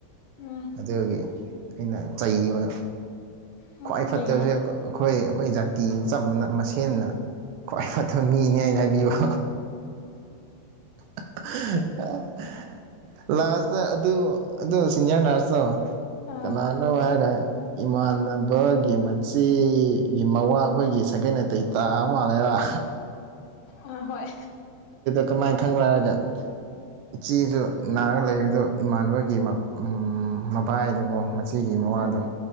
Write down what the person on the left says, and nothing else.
ꯎꯝ
ꯑꯣ
ꯀꯩ ꯍꯥꯏ
ꯑꯥ
ꯑꯥ ꯍꯣꯏ
ꯑꯥ